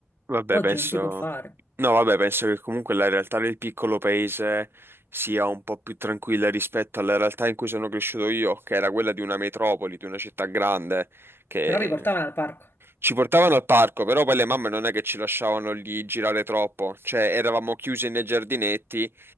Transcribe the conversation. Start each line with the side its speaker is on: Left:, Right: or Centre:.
Right: Vabbè,
Left: Oggi
Right: penso...
Left: non si può fare.
Right: No, vabbè, penso che comunque la realtà del piccolo paese sia un po' più tranquilla rispetto alla realtà in cui sono cresciuto io, che era quella di una metropoli, di una città grande, che
Left: Però vi portavano al parco.
Right: ci portavano al parco, però poi le mamme non è che ci lasciavano lì girare troppo, cioè eravamo chiusi nei giardinetti